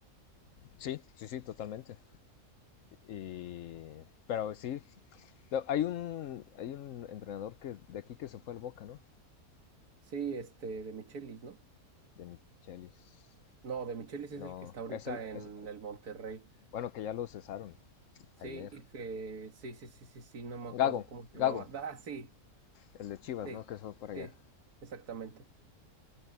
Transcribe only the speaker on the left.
sí, sí, sí, totalmente. Y, pero sí, no, hay un, hay un entrenador que de aquí que se fue al Boca, ¿no?
De Michelis.
No,
es el,
es-
bueno, que ya lo cesaron
ayer.
Gago,
Gago,
el de Chivas,
¿no? Que se fue para allá.